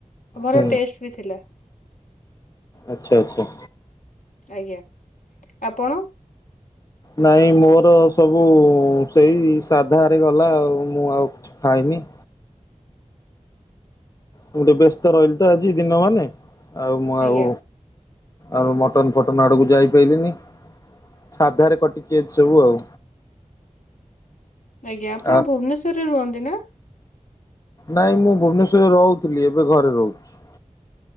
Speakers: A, on the left; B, on the left.
A: ଭଲ
B: ହୁଁ
A: ଟେଷ୍ଟ ବି ଥିଲା।
B: ଆଚ୍ଛା ଆଚ୍ଛା।
A: ଆଜ୍ଞା ଆପଣ?
B: ନାଇଁ ମୋର ସବୁ ସେଇ ସାଧାରେ ଗଲା ଆଉ ମୁଁ ଆଉ ଖାଇନି। ଗୋଟେ ବ୍ୟସ୍ତ ରହିଲି ତ ଆଜି ଦିନ ମାନେ ଆଉ ମୁଁ
A: ଆଜ୍ଞା
B: ଆଉ ଆଉ ର ମଟନ୍ ଫଟନ୍ ଆଡକୁ ଯାଇପାଇଲିନି। ସାଧାରେ କଟିଛି ଆଜି ସବୁ ଆଉ।
A: ଆଜ୍ଞା ଆପଣ
B: ଆ
A: ଭୁବନେଶ୍ୱରରେ ରୁହନ୍ତି ନା।
B: ନାଇଁ ମୁଁ ଭୁବନେଶ୍ରରେ ରହୁଥିଲି ଏବେ ଘରେ ରହୁଛି।